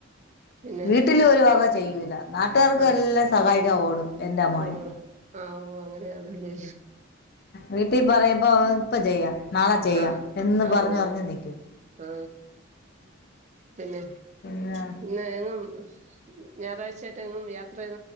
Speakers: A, on the right (about 35°); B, on the left (about 50°).
A: പിന്നെ
B: വീട്ടില് ഒരു വക ചെയ്യൂല്ല. നാട്ടാർക്ക്
A: ആ
B: എല്ലാം സഹായിക്കാൻ ഓടും എന്റെ മോൻ
A: ഓടോ ആ ഓ അങ്ങനെയാണല്ലേ
B: വീട്ടിൽ പറയുമ്പോ ഇപ്പ ചെയ്യാം. നാളെ ചെയ്യാം.
A: ആ
B: എന്ന്
A: ആ
B: പറഞ്ഞു
A: ഓ
B: പറഞ്ഞു നിക്കും.
A: ആ പിന്നെ
B: പിന്നെ
A: പിന്നെ എങ്ങും ഞായറാഴ്ചായിട്ട് എങ്ങും യാത്ര